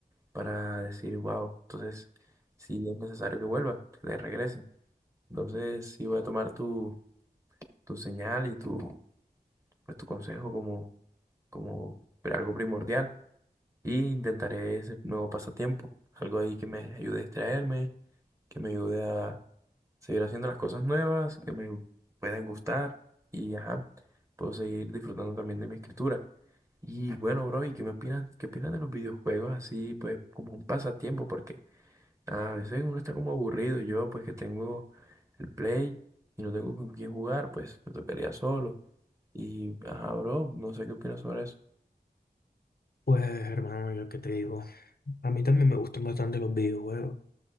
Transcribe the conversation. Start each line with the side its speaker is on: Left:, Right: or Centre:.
Right: para decir, wow, entonces sí es necesario que vuelva, que te regrese. Entonces sí voy a tomar tu, tu señal y tu, pues, tu consejo como, como algo primordial. Y intentaré ese nuevo pasatiempo, algo ahí que me ayude a distraerme, que me ayude a seguir haciendo las cosas nuevas, que me puedan gustar y ajá, puedo seguir disfrutando también de mi escritura. Y bueno, bro, ¿y qué me opinas? ¿Qué opinas de los videojuegos así, pues como un pasatiempo? Porque a veces uno está como aburrido. Yo, pues que tengo el Play y no tengo con quién jugar, pues me tocaría solo. Y ajá, bro, no sé qué opinas sobre eso.
Left: Pues, hermano, yo qué te digo. A mí también me gustan bastante los videojuegos.